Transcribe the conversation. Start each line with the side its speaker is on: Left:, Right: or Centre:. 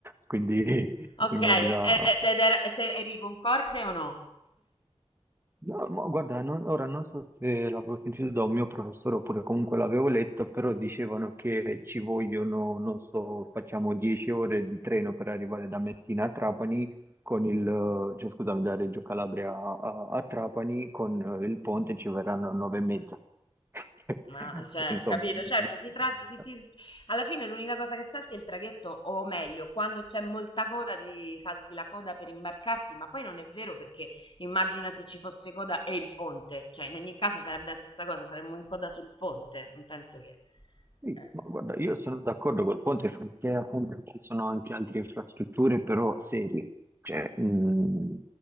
Right: quindi <laughs>
Left: Ok,
Right: immagina
Left: e- e- ed era- se- eri concorde o no?
Right: No, ma guarda, non- ora non so se l'avevo sentito da un mio professore oppure comunque l'avevo letto, però dicevano che ci vogliono, non so, facciamo 10 ore di treno per arrivare da Messina a Trapani, con il, cioè scusami, da Reggio Calabria a, a- a Trapani, con eh, il ponte ci verranno 9 e mezza. <laughs>
Left: Ma, cioè,
Right: Insomma,
Left: capito?
Right: non,
Left: Certo,
Right: non
Left: ti
Right: ti
Left: tratti,
Right: cambia.
Left: ti- alla fine l'unica cosa che salti è il traghetto, o meglio, quando c'è molta coda ti salti la coda per imbarcarti, ma poi non è vero perché immagina se ci fosse coda e il ponte, cioè in ogni caso sarebbe la stessa cosa, saremmo in coda sul ponte, non penso che...
Right: Sì,
Left: eh.
Right: ma guarda, io sono d'accordo col ponte perché appunto ci sono anche altre infrastrutture però serie, cioè mh,